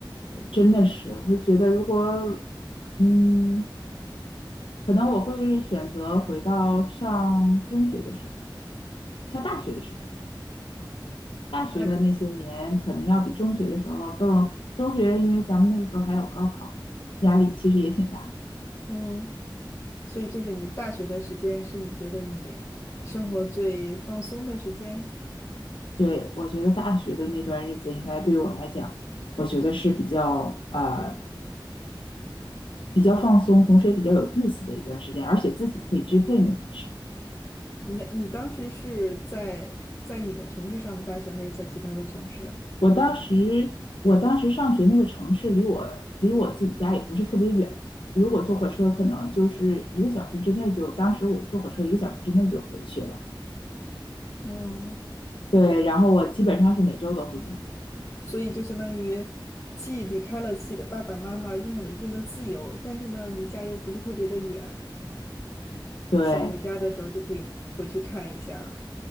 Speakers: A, on the left; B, on the left.
A: 真的是，我觉得如果，嗯，可能我会选择回到上中学的时候，上大学的时候，大学的那些年，
B: 那可，
A: 可能要比中学的时候更，中学因为咱们那个时候还有高考，压力其实也挺大的。
B: 嗯，所以就是你大学的时间是你觉得你生活最放松的时间？
A: 对，我觉得大学的那段日子应该对我来讲，我觉得是比较呃比较放松，同时也比较有意思的一段时间，而且自己可以支配那段时间。
B: 那你当时是在在你们城市上的大学，还是在其他的城市啊？
A: 我当时我当时上学那个城市离我离我自己家也不是特别远，如果坐火车可能就是一个小时之内就，当时我坐火车一个小时之内就回去了。
B: 嗯。
A: 对，然后我基本上是每周都回家。
B: 所以就相当于既离开了自己的爸爸妈妈，拥有了一定的自由，但是呢，离家又不是特别的远，
A: 对，
B: 想回家的时候就可以回去看一下。